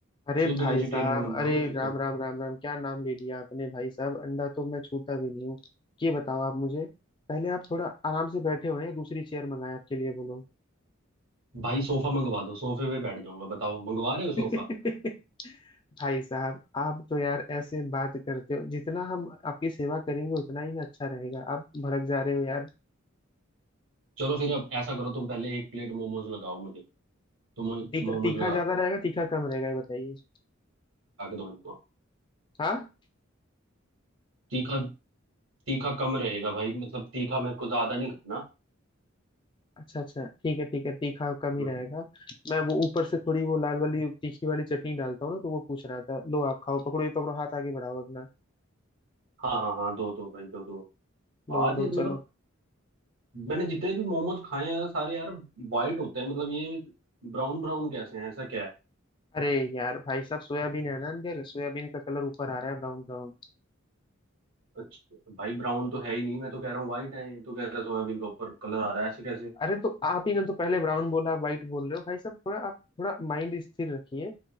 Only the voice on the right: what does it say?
शुद्ध
वेजिटेरियन
बंदा
हूँ मैं बिल्कुल
भाई सोफा मंगवा दो सोफे पे बैठ जाऊंगा बताओ मंगवा रहे हो
सोफा
चलो फिर अब ऐसा करो तुम पहले एक प्लेट मोमोज लगाओ मुझे तुम
मोमोज
लगा
लगा के दो मेरे को
तीखा तीखा कम रहेगा भाई मतलब तीखा मेरे को ज्यादा नहीं खाना
हम्म,
हाँ हाँ हाँ दो दो भाई दो दो
आज
ये मतलब
मैंने जितने भी मोमोज खाए हैं सारे यार वाइट होते हैं मतलब ये ब्राउन ब्राउन कैसे हैं ऐसा क्या है
अच्छा भाई ब्राउन तो है ही नहीं मैं तो कह रहा हूँ वाइट है ये तो कह रहा है सोयाबीन के ऊपर कलर आ रहा है ऐसे कैसे